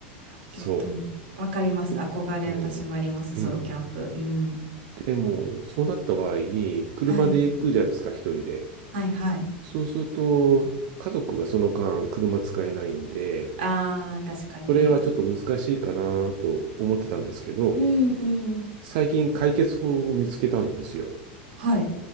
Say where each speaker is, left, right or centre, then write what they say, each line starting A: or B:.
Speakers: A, on the right; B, on the right.
A: そ
B: いいと思う。わかります。
A: う。で、
B: 憧れ、
A: うん。
B: 私もあります。ソロキャンプ。
A: うん。
B: うん。
A: でも、そうなった場合に、車で行くじゃないですか、
B: はい。
A: 一人で。
B: はい、はい。
A: そうすると、家族がその間車使えないんで、
B: あー、確かに。
A: それはちょっと難しいかなと思ってたんですけど、
B: うん、うん。
A: 最近解決法を見つけたんですよ。
B: はい。